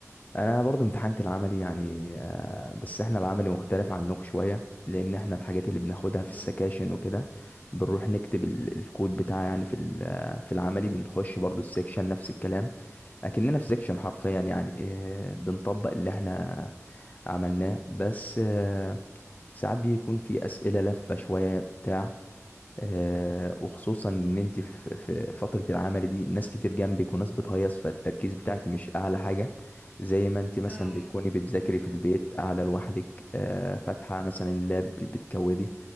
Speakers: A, on the left (about 30°); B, in the centre.
A: انا برضو امتحنت العملي يعني آه، بس احنا العملي مختلف عنكم شوية لان احنا الحاجات اللي بناخدها في
B: لي
A: السكاشن وكده بنروح نكتب ال- الكود بتاع يعني في ال- آه، في العملي بنخش برضو السكشن نفس الكلام اكننا في سكشن حرفيا يعني آه، بنطبق اللي احنا عملناه بس آه، ساعات بيكون في أسئلة لفة شوية بتاع آه وخصوصا إن أنت في في فترة العمل دي ناس كتير جنبك وناس بتهيص فالتركيز بتاعك مش أعلى حاجة زي ما أنت مثلا
B: اه
A: بتكوني بتذاكري
B: م-م.
A: في البيت قاعدة لوحدك آه فاتحة مثلا اللاب بتكودي